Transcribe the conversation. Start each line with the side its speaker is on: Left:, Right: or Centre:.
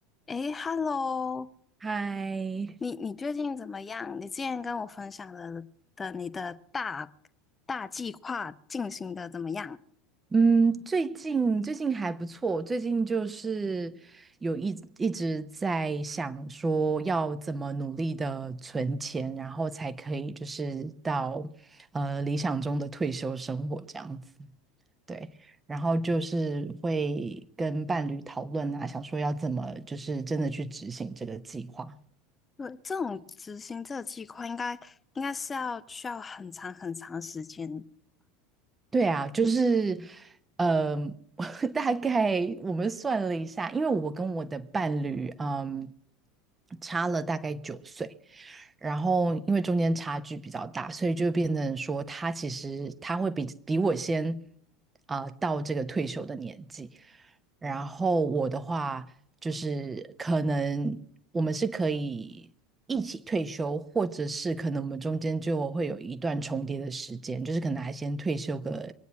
Left: 诶 h e l l o
Right: 嗨，
Left: 你你最近怎么样？你之前跟我分享的的你的大大计划进行的怎么样？
Right: 嗯，最近最近还不错，最近就是有一一直在想说要怎么努力的存钱，然后才可以就是到呃理想中的退休生活这样子，对，然后就是会跟伴侣讨论啊，想说要怎么就是真的去执行这个计划。
Left: 对，这种执行这个计划应该应该是要需要很长很长时间，
Right: 对啊，就是，嗯、<laughs> 大概我们算了一下，因为我跟我的伴侣，嗯，差了大概九岁，然后因为中间差距比较大，所以就变成说他其实他会比比我先啊、到这个退休的年纪，然后我的话就是可能我们是可以一起退休，或者是可能我们中间就会有一段重叠的时间，就是可能还先退休个